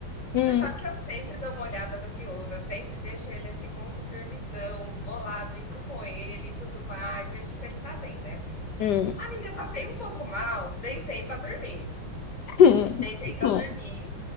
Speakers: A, on the left; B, on the left.
A: Hum,
B: Você sabe que eu sempre dou uma olhada no Guiosa, sempre deixo ele assim com supervisão, vou lá, brinco com ele e tudo mais, vejo se ele tá bem, né?
A: hum,
B: Amiga, passei um pouco mal, deitei pra dormir.
A: hum,
B: Deitei pra
A: hum.
B: dormir.